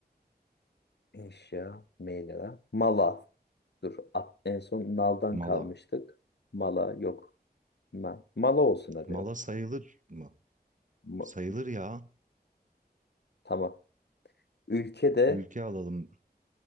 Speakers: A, on the left; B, on the right.
A: eşya meyla. Mala. Dur at, en son naldan kalmıştık.
B: Mala.
A: Mala yok. Ma Mala olsun hadi.
B: Mala sayılır mı?
A: Ma-
B: Sayılır ya.
A: tamam. Ülke de
B: Ülke alalım.